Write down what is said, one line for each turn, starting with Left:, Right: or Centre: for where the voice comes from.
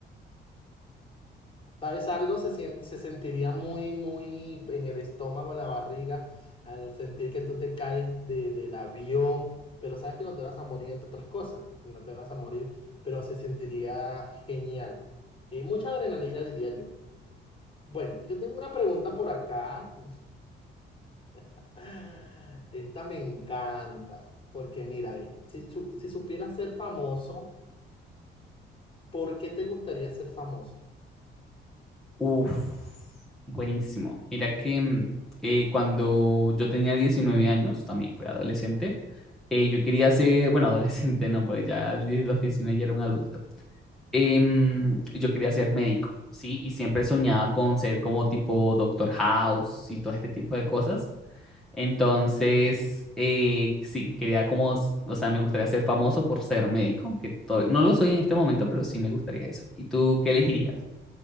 Left: ¿Sabes algo? Se, sien- se sentiría muy, muy en el estómago, en la barriga, al sentir que tú te caes de, del avión, pero sabes que no te vas a morir, entre otras cosas, no te vas a morir, pero se sentiría genial. Y mucha adrenalina, diría yo. Bueno, yo tengo una pregunta por acá. <gasps> <laughs> Esta me encanta, porque mira, ve, si, su- si supieras ser famoso, ¿por qué te gustaría ser famoso?
Centre: Uf, buenísimo. Mira que mm, eh, cuando yo tenía 19 años, también fui adolescente, eh, yo quería ser, <laughs> bueno, adolescente no, pues ya a los 19 ya era un adulto. Em, yo quería ser médico, ¿sí? Y siempre soñaba con ser como tipo Doctor House y todo este tipo de cosas. Entonces, eh, sí, quería como, s- o sea, me gustaría ser famoso por ser médico, que to- no lo soy en este momento, pero sí me gustaría eso. ¿Y tú qué elegirías?